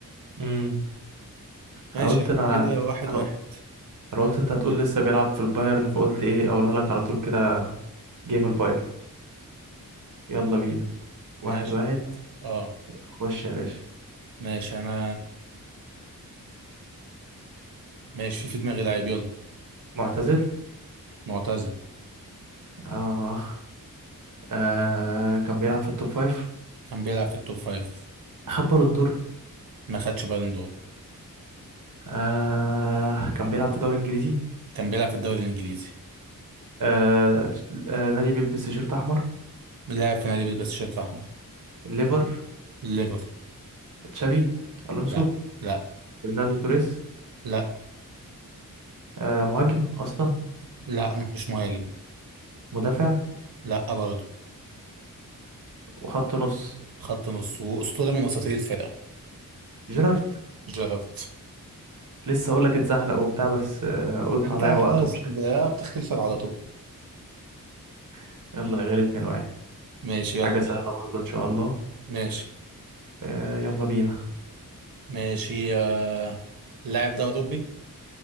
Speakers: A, on the right; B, on the right.
A: امم
B: ماشي
A: انا قلت
B: يعني
A: انا
B: كده واحد
A: انا
B: واحد
A: انا قلت انت هتقول لسه بيلعب في البايرن فقلت ايه اقولها لك على طول كده جيم البايرن يلا
B: لا لا
A: بينا واحد
B: ماشي
A: واحد
B: اه
A: خش يا باشا
B: ماشي انا ماشي في في دماغي لاعب يلا
A: معتزل
B: معتزل
A: آه. آه كان بيلعب في التوب فايف
B: كان بيلعب في التوب فايف
A: خد بالون دور
B: ما خدش بالون دور
A: آه كان بيلعب في دوري انجليزي
B: كان بيلعب في الدوري الانجليزي
A: آه تش- آه نادي بيلبس تيشيرت احمر
B: لاعب في نادي بيلبس شيرت احمر
A: ليفر
B: ليفر
A: تشابي الونسو
B: لا لا
A: فرناندو توريس
B: لا
A: آه مهاجم اصلا
B: لا مش مهاجم
A: مدافع
B: لا برضه
A: وخط نص
B: خط نص واسطوره من وسطيه الفرقه
A: جيرارد
B: جيرارد
A: لسه اقول لك اتزحلق وبتاع بس آه قلت
B: انت
A: هضيع وقت
B: خلاص
A: ومش
B: بقى
A: عارف
B: بتختلف على
A: إيه.
B: طول
A: <laughs> يلا يا غالي 2 1
B: ماشي يلا
A: حاجه سهله برضو ان شاء الله
B: ماشي
A: آه يلا بينا
B: ماشي آه... اللاعب ده اوروبي